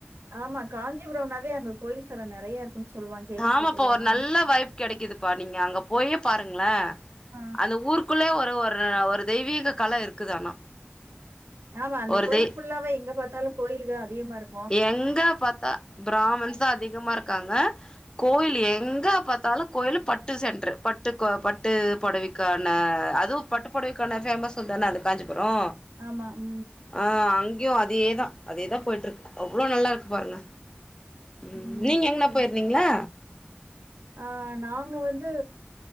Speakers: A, on the right; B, on the left.
A: ஆமா காஞ்சிபுரம்னாவே அங்க கோயில் ஸ்தலோ நெறய இருக்குன் சொல்லுவாங் கேள்விப்பட்டிருக்கே
B: ஆமாப்பா ஒரு
A: நானு
B: நல்ல வைப் கெடைக்குதுப்பா நீங்க அங்க போயே பாருங்ளே
A: ஆ
B: அந்த ஊருக்குள்ளயே ஒரே ஒரு ட்ற ஒரு தெய்வீக கல இருக்குது ஆனா
A: ஆமா அந்த
B: ஒரு
A: கோயில்
B: தெய்
A: ஃபுல்லாவே எங்க பாத்தாலு கோயில்கள் அதிகமா இருக்
B: எங்க பாத்தா பிராமன்ஸ் தா அதிகமா இருக்காங்க கோயில் எங்க பாத்தாலு கோயில் பட்டு சென்ட்ரு பட்டு கு பட்டு பொடவை க்கான அதுவு பட்டுப்பொடவைக்கான ஃபேமஸ் தா அந்த காஞ்சிபுரோ
A: ஆமா உம்
B: ஆ அங்கேயு அதேதா அதேதா போயிட்டு இருக்கு அவ்ளோ நல்லா இருக்கு பாருங்க உம்
A: ம்
B: நீங்க எங்னா
A: சரி
B: போயிருந்தீங்ளா
A: ஆ நாங்க வந்து